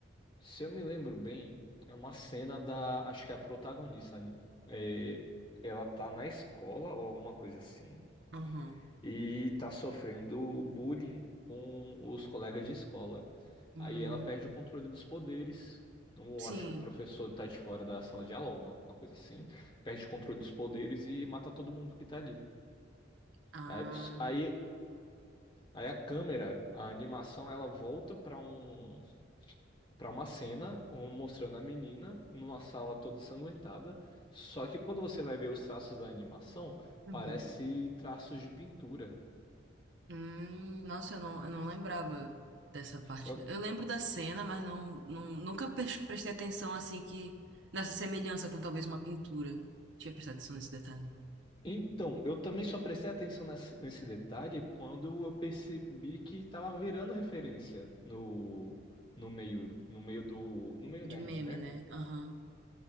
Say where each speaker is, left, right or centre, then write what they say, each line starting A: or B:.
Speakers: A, on the left; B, on the right.
A: Se eu me lembro bem, é uma cena da. Acho que é a protagonista. né? É, ela tá na escola ou alguma coisa assim.
B: Uhum.
A: E tá sofrendo bullying com os colegas de escola.
B: Hum,
A: Aí ela perde o controle dos poderes. Eu
B: sim.
A: acho que o professor tá de fora da sala de aula, alguma coisa assim. Perde o controle dos poderes e mata todo mundo que tá ali.
B: Ah.
A: Aí, aí, aí a câmera, a animação, ela volta para um, para uma cena um- mostrando a menina numa sala toda sanguentada. Só que quando você vai ver os traços da animação,
B: Uhum.
A: parece traços de pintura.
B: Hum, nossa, eu não, eu não lembrava dessa parte.
A: Eu-
B: Eu lembro da cena, mas não, não, nunca pres- prestei atenção assim que nessa semelhança com talvez uma pintura. Tinha prestado atenção nesse detalhe.
A: Então, eu também só prestei atenção nessa- nesse detalhe quando eu percebi que estava virando referência no, no meio, no meio do, no meio
B: De
A: nerd,
B: meme,
A: né?
B: né? Aham.